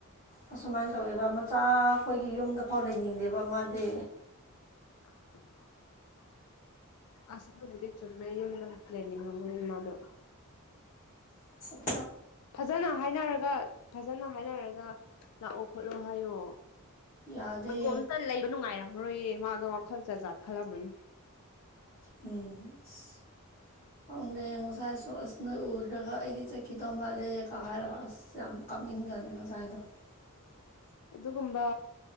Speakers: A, on the left; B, on the left.
A: ꯑꯁꯨꯃꯥꯏꯅ ꯇꯧꯋꯦꯕ ꯆꯥ ꯑꯩꯈꯣꯏꯒꯤ ꯌꯨꯝꯗꯐꯥꯎ ꯂꯩꯅꯤꯡꯗꯦꯕ ꯃꯥꯗꯤ
B: <unintelligible> ꯑꯁ ꯊꯕꯨꯗꯤ ꯆꯨꯝꯃꯦ ꯌꯗꯠ ꯂꯩꯅꯤ ꯉ ꯃꯅꯤ ꯃꯥꯗꯣ
A: ꯑ
B: ꯐꯖꯅ ꯍꯥꯏꯅꯔꯒ ꯐꯖꯅ ꯍꯥꯏꯅꯔꯒ ꯂꯥꯛꯑꯣ ꯈꯣꯠꯂꯣ ꯍꯥꯏꯌꯣ
A: ꯌꯥꯗꯦ
B: ꯃꯇꯣꯝꯇ ꯂꯩꯕ ꯅꯨꯡꯉꯥꯏꯔꯝꯃꯔꯣꯏꯌꯦ ꯃꯥꯗꯣ ꯑ ꯈꯜ ꯆ ꯆꯥꯈꯂ ꯑꯃꯅꯤꯅꯤ
A: ꯎꯝ ꯁ ꯆꯗꯦ ꯀꯥ ꯖꯗꯅꯣꯁꯥꯏꯗ
B: ꯑꯗꯨ ꯀꯨꯝꯕ